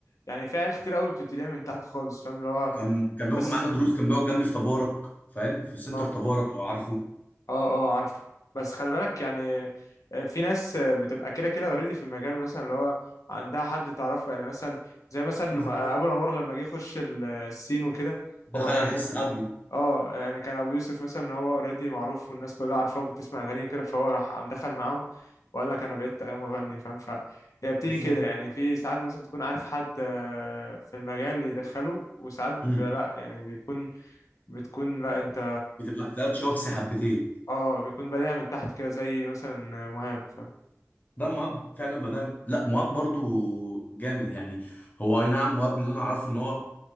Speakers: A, on the left (about 80°); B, on the left (about 30°).
A: يعني في عيال كتير قوي بتبتديها من تحت خالص فاهم اللي هو
B: كان كان بياخد
A: بس
B: معانا دروس كان بيقعد جنبي في تبارك فاهم في سنتر
A: اه
B: تبارك لو عارفه
A: اه اه عارفه بس خلي بالك يعني آه، في ناس آه، بتبقى كده كده اوريدي في المجال مثلا اللي هو عندها حد تعرفه يعني مثلا زي مثلا
B: بالظبط
A: آه، ابو الانوار لما جه يخش ال- آه، السين وكده
B: دخل
A: هو كان
B: على حس ابيو
A: اه يعني كان ابو يوسف مثلا هو اوريدي معروف والناس كلها عارفاه وبتسمع اغانيه وكده فهو راح قام دخل معاهم وقال لك انا بقيت مغني فاهم فهي بتيجي
B: بالظبط
A: كده يعني في ساعات مثلا تكون عارف حد آه، في المجال يدخله وساعات ب-
B: امم
A: لا يعني بيكون بتكون لا انت
B: بتبقى اجتهاد شخصي حبتين
A: اه بيكون بدايع من تحت كده زي مثلا مهاب فاهم
B: ده مؤاب فعلا بدأ لا مؤاب برضو جامد يعني هو اي نعم مؤاب اللي انا اعرفه ان هو